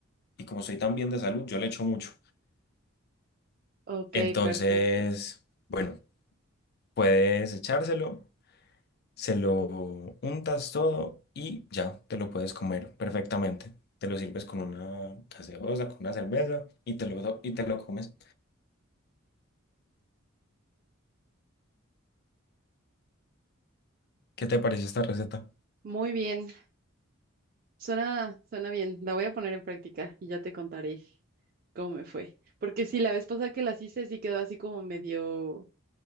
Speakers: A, on the left; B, on the right.
A: y como soy tan bien de salud, yo le echo mucho.
B: Ok,
A: Entonces,
B: perfecto.
A: bueno, puedes echárselo, se lo untas todo y ya te lo puedes comer perfectamente. Te lo sirves con una gaseosa, con una cerveza y te lo, y te lo comes. ¿Qué te pareció esta receta?
B: Muy bien, suena, suena bien. La voy a poner en práctica y ya te contaré cómo me fue. Porque sí, la vez pasada que las hice sí quedó así como medio...